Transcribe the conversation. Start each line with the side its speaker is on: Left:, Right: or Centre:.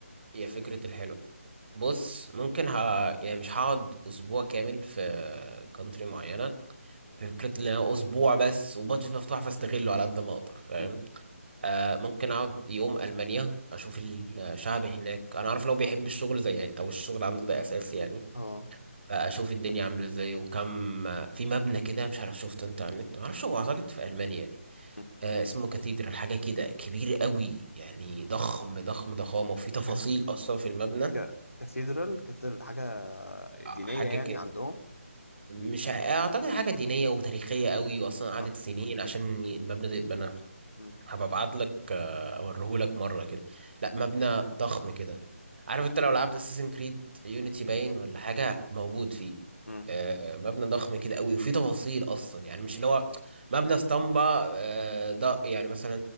Right: هي فكرة الحلو بص ممكن ه... يعني مش هقعد اسبوع كامل في كونتري معينة فكرة ان انا اسبوع بس وبادجت مفتوح فاستغله على قد ما اقدر فاهم
Left: مم.
Right: آه ممكن اقعد يوم المانيا اشوف الشعب هناك انا عارف لو بيحب الشغل زي يعني او الشغل عنده ده اساس يعني
Left: اه
Right: فاشوف الدنيا عامله ازاي وكم في مبنى كده مش عارف شفته انت على النت ما اعرفش هو اعتقد في المانيا يعني
Left: مم.
Right: آه اسمه كاتيدرال حاجه كده كبير قوي يعني ضخم ضخم ضخامه وفي تفاصيل
Left: ك...
Right: اصلا في المبنى
Left: ك... كاثيدرال كاثيدرال ده حاجه
Right: آه،
Left: دينيه
Right: حاجه
Left: يعني
Right: كده
Left: عندهم
Right: مش ع- اعتقد حاجه دينيه وتاريخيه قوي واصلا قعدت
Left: اه
Right: سنين عشان ي- المبنى ده يتبنى
Left: مم.
Right: هبقى ابعت لك آه، اوريهولك مره كده لا
Left: مم.
Right: مبنى ضخم كده عارف انت لو لعبت اساسن كريد يونيتي باين ولا حاجه موجود فيه
Left: مم.
Right: آه، مبنى ضخم كده قوي وفيه تفاصيل اصلا يعني مش اللي هو مبنى اسطمبه آه، ده يعني مثلا